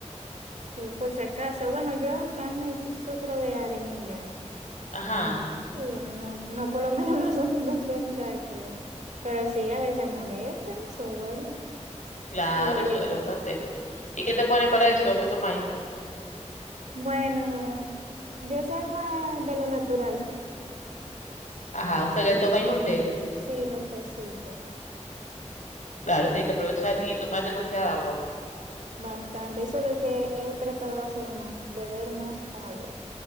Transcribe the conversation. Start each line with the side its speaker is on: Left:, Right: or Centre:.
Right: Sí, por si acaso. Bueno, yo a- a mí me sufro de arenilla.
Left: Ajá.
Right: Sí, no, no, por lo <laughs> menos no son, no son cálculos. Pero sí,
Left: Eh,
Right: a veces molestan, se duele.
Left: Claro,
Right: Igualito.
Left: eso es bastante. ¿Y qué te ponen para eso? ¿Qué tomáis?
Right: Bueno, yo soy más de lo natural. <laughs>
Left: Ajá, o sea, que tomáis los té.
Right: Sí, los tecitos.
Left: Claro, tenéis que aprovechar y tomar demasiada agua.
Right: Bastante. Eso es lo que he tratado de hacer más, beber más agua.